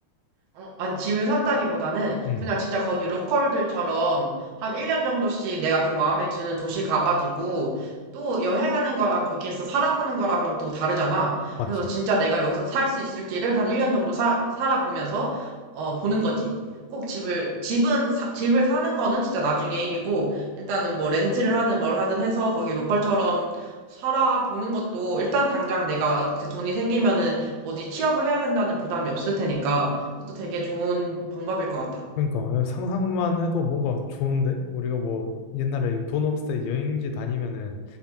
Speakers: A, on the right; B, on the left.
A: 어, 아니, 집을 산다기보다는
B: 응,
A: 그냥 진짜 거기 로컬들처럼 한 1년 정도씩 내가 좀 마음에 드는 도시 가가지고 또 여행하는 거랑 거기에서 살아보는 거랑은 또 다르잖아.
B: 맞지?
A: 그래서 진짜 내가 여기서 살 수 있을지를 한 1년 정도 사, 살아보면서 어, 보는 거지. 꼭 집을, 집은, 사- 집을 사는 거는 진짜 나중에 일이고, 일단은 뭐 렌트를 하든 뭘 하든 해서 거기 로컬처럼 살아보는 것도 일단 당장 내가 그 돈이 생기면은 어디 취업을 해야 된다는 부담이 없을 테니까 그것도 되게 좋은 방법일 것 같아.
B: 그러니까 예, 상상만 해도 뭔가 좋은데? 우리가 뭐 옛날에 돈 없을 때 여행지 다니면은